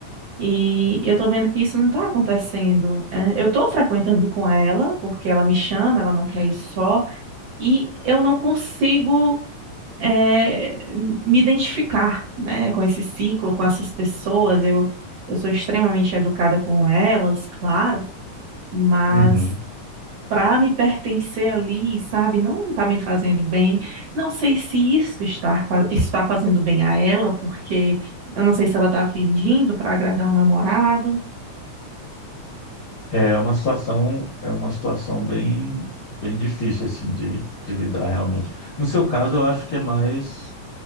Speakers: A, on the right; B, on the left.
A: E eu tô vendo que isso não está acontecendo. é. eu tô frequentando com ela, porque ela me chama, ela não quer ir só, e eu não consigo é, me identificar, né, com esse ciclo, com essas pessoas. Eu, eu sou extremamente educada com elas, claro, mas
B: Uhum.
A: para me pertencer ali, sabe, não está me fazendo bem. Não sei se isso está, fa- está fazendo bem a ela, porque eu não sei se ela está fingindo para agradar o namorado.
B: É uma situação, é uma situação bem, bem difícil assim de, de lidar realmente. No seu caso, eu acho que é mais